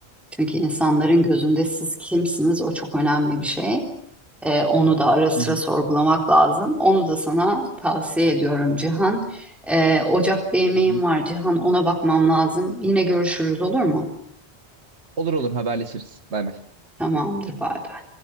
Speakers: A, in the centre; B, on the right.
A: Çünkü insanların gözünde siz kimsiniz o çok önemli bir şey. E, onu da ara sıra
B: Hı hı.
A: sorgulamak lazım. Onu da sana tavsiye ediyorum Cihan. E, Ocak'ta yemeğim
B: Hı hı.
A: var Cihan ona bakmam lazım. Yine görüşürüz olur mu?
B: Olur olur haberleşiriz. Bay bay.
A: Tamamdır bay bay.